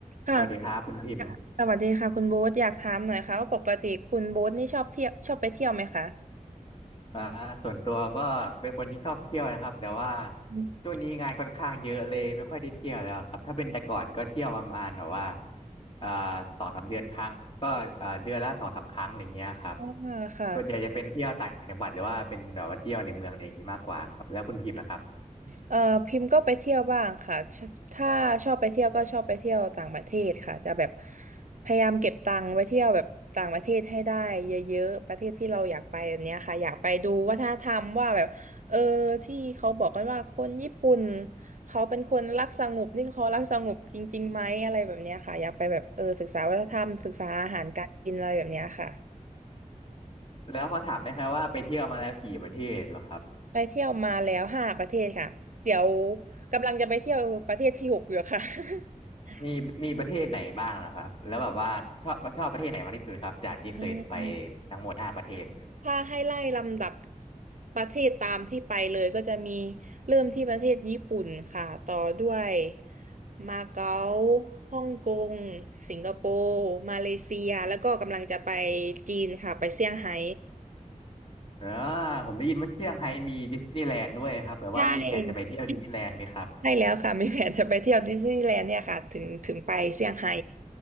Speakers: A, on the right; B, on the left.
A: ค่ะ
B: สวัสดีครับคุณพิมพ์
A: ค่ะสวัสดีค่ะคุณโบ๊ทอยากถามหน่อยค่ะว่าปกติคุณโบ๊ทนี่ชอบเที่ยวชอบไปเที่ยวไหมคะ
B: อ่าส่วนตัวก็เป็นคนที่ชอบเที่ยวนะครับแต่ว่า
A: อืม
B: ช่วงนี้งานค่อนข้างเยอะเลยไม่ค่อยได้เที่ยวแล้วครับถ้าเป็นแต่ก่อนก็เที่ยวประมาณแบบว่าอ่าสองสามเดือนครั้งก็อ่าเดือนละสองสามครั้งอะไรเงี้ยครับ
A: อ่าค่ะ
B: ส่วนใหญ่จะเป็นเที่ยวต่างจังหวัดหรือว่าเป็นแบบว่าเที่ยวในเมืองอะไรอย่างนี้มากกว่าครับแล้วคุณพิมพ์ล่ะครับ
A: เอ่อพิมพ์ก็ไปเที่ยวบ้างค่ะชถ้าชอบไปเที่ยวก็ชอบไปเที่ยวต่างประเทศค่ะจะแบบพยายามเก็บตังค์ไปเที่ยวแบบต่างประเทศให้ได้เยอะๆประเทศที่เราอยากไปแบบเนี้ยค่ะอยากไปดูวัฒนธรรมว่าแบบเออที่เขาบอกกันว่าคนญี่ปุ่นเขาเป็นคนรักสงบนี่เขารักสงบจริงๆไหมอะไรแบบเนี้ยค่ะอยากไปแบบเออศึกษาวัฒนธรรมศึกษาอาหารการกินอะไรแบบเนี้ยค่ะ
B: แล้วขอถามได้ไหมว่าไปเที่ยวมาแล้วกี่ประเทศเหรอครับ
A: ไปเที่ยวมาแล้วห้าประเทศค่ะเดี๋ยวกำลังจะไปเที่ยวประเทศที่หกอยู่ค่ะ <laughs>
B: มีมีประเทศไหนบ้างเหรอครับแล้วแบบว่าชอบชอบประเทศไหนมากที่สุดครับจากที่เคยไป
A: อืม
B: ทั้งหมดห้าประเทศ
A: ถ้าให้ไล่ลำดับประเทศตามที่ไปเลยก็จะมีเริ่มที่ประเทศญี่ปุ่นค่ะต่อด้วยมาเก๊าฮ่องกงสิงคโปร์มาเลเซียแล้วก็กำลังจะไปจีนค่ะไปเซี่ยงไฮ้
B: เออผมได้ยินว่าเชียงไฮ้มีดิสนีย์แลนด์ด้วยครับแบบว่ามีแผนจะไปเที่ยวดิสนีย์แลนด์ไหมครับ
A: ใช่ใช่แล้วค่ะมีแผนจะไปเที่ยวดิสนีย์แลนด์เนี่ยค่ะถึงถึงไปเซี่ยงไฮ้